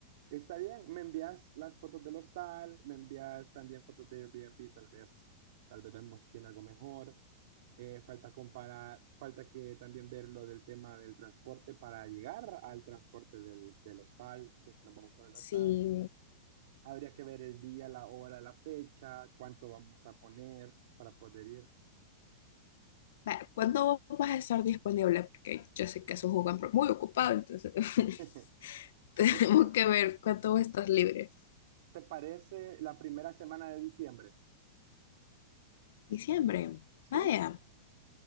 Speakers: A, on the right; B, on the left.
A: está bien. Me envías las fotos del hostal, me envías también fotos de Airbnb, tal vez, tal vez vemos si tiene algo mejor. Eh, falta comparar, falta que también ver lo del tema del transporte para llegar al transporte del, del hostal, si es que nos vamos por el
B: Sí.
A: hostal. Habría que ver el día, la hora, la fecha, cuánto vamos a poner para poder ir.
B: Va, ¿Cuándo vas a estar disponible? Porque yo sé que es un jugador muy ocupado, entonces <laughs>
A: <laughs>
B: tenemos
A: Fíjate que,
B: que ver cuándo estás libre.
A: ¿te parece la primera semana de diciembre?
B: Diciembre.
A: ¿Sí?
B: Vaya.